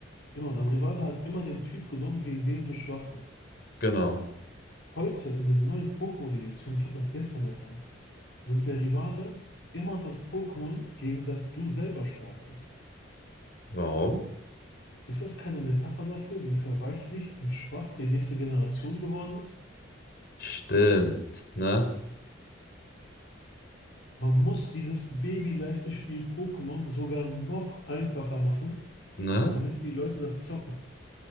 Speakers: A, on the left; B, on the left.
A: Genau, dein Rivale hat immer den Typ genommen, gegen den du schwach bist.
B: Genau.
A: Heute in den neuen Pokémon-Editionen, ich habe das gestern erfahren, nimmt der Rivale immer das Pokémon, gegen das du selber stark bist.
B: Warum?
A: Ist das keine Metapher dafür, wie verweichlicht und schwach die nächste Generation geworden ist?
B: Stimmt, ne?
A: Man muss dieses babyleichte Spiel Pokémon sogar noch einfacher machen,
B: Ne?
A: damit die Leute das zocken.